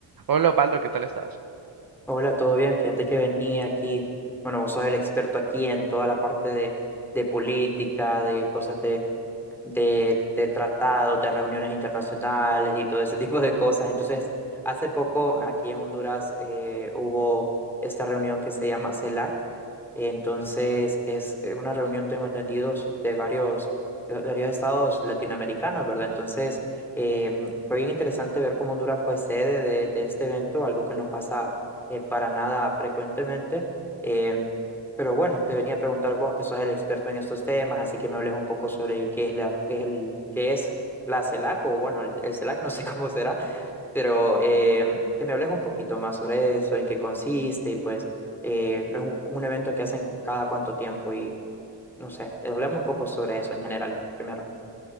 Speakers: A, on the right; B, in the centre.
A: Hola Osvaldo, ¿qué tal estás?
B: Hola, ¿todo bien? Fíjate que venía aquí, bueno, vos sos el experto aquí en toda la parte de, de política, de cosas de, de, de tratados, de reuniones internacionales y todo ese <laughs> tipo de cosas. Entonces, hace poco aquí en Honduras eh, hubo esta reunión que se llama CELAC, entonces, que es eh, una reunión, tengo entendido, s- de varios, de varios estados latinoamericanos, ¿verdad? Entonces, eh, fue bien interesante ver cómo Honduras fue sede de, de este evento, algo que no pasa eh, para nada frecuentemente. em, pero bueno, te venía a preguntar vos, que sos el experto en estos temas, así que me hables un poco sobre qué es la, qué es el, qué es la CELAC, o bueno, el, el CELAC, <laughs> no sé cómo será, pero em, que me hables un poquito más sobre eso, en qué consiste, y pues eh, es un, un evento que hacen cada cuánto tiempo, y no sé, te hablame un poco sobre eso en general, pues, primero.